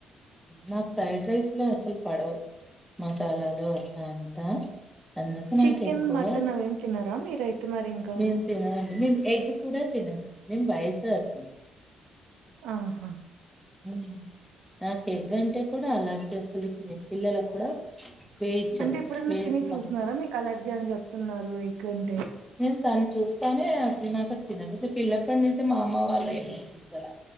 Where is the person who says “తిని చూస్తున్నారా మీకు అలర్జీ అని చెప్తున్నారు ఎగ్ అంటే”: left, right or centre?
Right